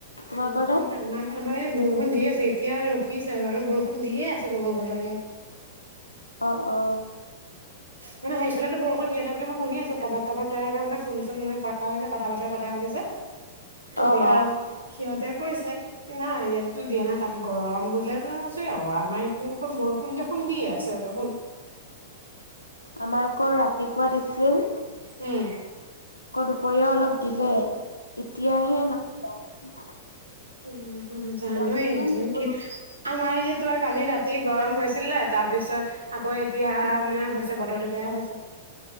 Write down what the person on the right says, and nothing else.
বৰষুণ
দিনা আমাৰ আমাৰ ইয়াত বৰষুণ বৰষুণ দিিয়ে আছে এতিয়া ৰখিছে বাৰু বৰষুণ দিয়ে আছে ক'ব গ'লে ইয়াত
মানে সেইফালেতো বৰষুণ দিয়া নাই বুলি মই শুনি আছো কাৰোবাক কাৰোবাক তাৰে মানে ফোন চোন মানে কৰা হৈছে কথা বতৰা পতা হৈছে যে তেতিয়া
সিহঁতে কৈছে কি নাই ইয়াতো দিয়া নাই তাত গৰম বোলে কছ আমাৰ এইবিলাক দেখোন বৰষুণ দেখোন দিিয়ে আছে দেখোন
উম,
উ জানয়ে
কি আমাৰ ইয় তোমাৰ কালি ৰাতি অতি গৰম হৈছিলে তাৰ পিছত আকৌ এতিয়া
মানে হৈছে ব টো বেয়া হৈছে